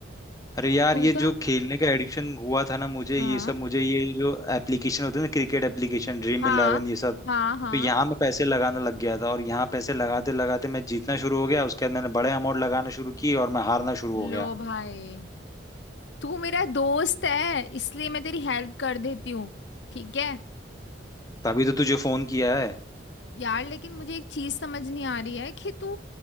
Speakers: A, on the left (about 20°); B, on the left (about 75°).
A: अरे यार
B: तू
A: ये
B: तो
A: जो खेलने का एडिक्शन हुआ था ना मुझे
B: हाँ
A: ये सब मुझे ये जो एप्लीकेशन होते हैं ना क्रिकेट एप्लीकेशन ड्रीम
B: हाँ
A: इलेवन ये सब
B: हाँ
A: तो
B: हाँ
A: यहाँ मैं पैसे लगाने लग गया था और यहाँ पैसे लगाते लगाते मैं जीतना शुरू हो गया उसके बाद मैंने बड़े अमाउंट लगाना शुरू की और मैं हारना शुरू हो गया
B: लो भाई तू मेरा दोस्त है इसलिए मैं तेरी हेल्प कर देती हूँ ठीक है
A: तभी तो तुझे फोन किया है
B: यार लेकिन मुझे एक चीज समझ नहीं आ रही है कि तू